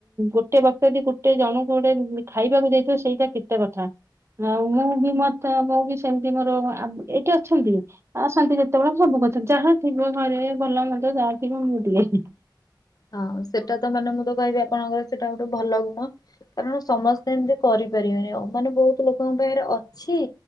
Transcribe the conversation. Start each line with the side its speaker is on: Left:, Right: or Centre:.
Right: ଗୋଟେ ବକ୍ତ ବି ଗୋଟେ ଜଣଙ୍କୁ ଗୋଟେ ଖାଇବାକୁ ଦେଇଥିବ ସେଇଟା କେତେ କଥା। ଆଉ ମୁଁ ବି ମତେ ମୁଁ ବି ସେମିତି ମୋର ଏଇଠି ଅଛନ୍ତି। ଆସନ୍ତି ଯେତେବେଳେ ସବୁ କଥା ଯାହା ଥିବ ଘରେ ଭଲ ମନ୍ଦ ଯାହା ଥିବ ମୁଁ ଦିଏ।
Left: ହଁ ସେଟା ତ ମାନେ ମୁଁ ତ କହିବି ଆପଣଙ୍କର ସେଇଟା ଗୋଟେ ଭଲ ଗୁଣ। କାରଣ ସମସ୍ତେ ଏମିତି କରି ପାରିବେନି ଆଉ ମାନ ବହୁତ ଲୋକଙ୍କ ପାଖରେ ଅଛି।